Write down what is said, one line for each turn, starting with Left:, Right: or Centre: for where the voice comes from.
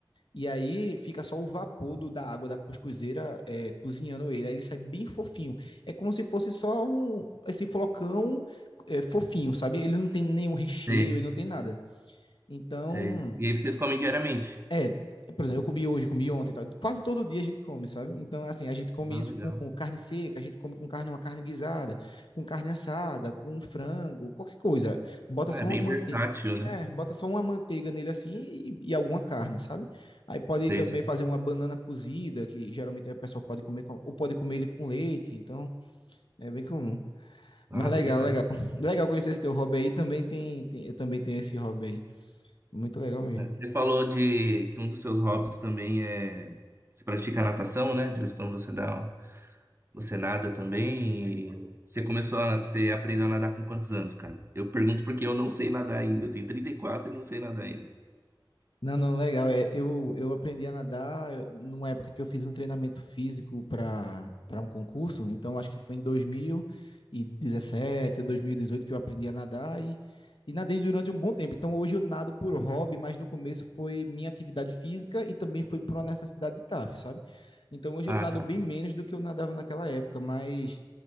Left: e aí fica só o vapor do, da água da cuscuzeira é, cozinhando ele. Aí ele sai bem fofinho. É como se fosse só um, esse flocão é, fofinho, sabe? Ele não tem nenhum recheio,
Right: Sei,
Left: ele não tem nada. Então,
Right: sei. E aí vocês comem diariamente?
Left: é, por exemplo, eu comi hoje, comi ontem, e tal. Quase todo dia a gente come, sabe? Então, assim, a gente come
Right: Ah,
Left: isso
Right: legal.
Left: com carne seca, a gente come com carne, uma carne guisada, com carne assada, com frango, qualquer coisa. Bota
Right: Ah,
Left: só
Right: é bem
Left: uma manteiga,
Right: versátil, né?
Left: é, bota só uma manteiga nele assim e, e alguma carne, sabe? Aí pode
Right: Sei,
Left: também
Right: sei.
Left: fazer uma banana cozida, que geralmente a pessoa pode comer, com- ou pode comer ele com leite, então é bem comum.
Right: Ah,
Left: Mas legal,
Right: bem legal.
Left: legal. Legal conhecer esse teu hobby aí, também tem, tem- eu também tenho esse hobby aí. Muito legal mesmo.
Right: É, Você falou de que um dos seus hobbies também é você pratica natação, né? De vez em quando você dá, um- você nada também. E você começou a, você aprendeu a nadar com quantos anos, cara? Eu pergunto porque eu não sei nadar ainda. Eu tenho 34 e quatro e não sei nadar ainda.
Left: Não, não, legal. É, eu, eu aprendi a nadar eu- numa época que eu fiz um treinamento físico para para um concurso, então acho que foi em 2017 ou 2018 que eu aprendi a nadar e, e nadei durante um bom tempo. Então hoje eu nado por hobby, mas no começo foi minha atividade física e também foi por uma necessidade de TAF, sabe? Então hoje
Right: Ah,
Left: eu nado
Right: tá.
Left: bem menos do que eu nadava naquela época, mas,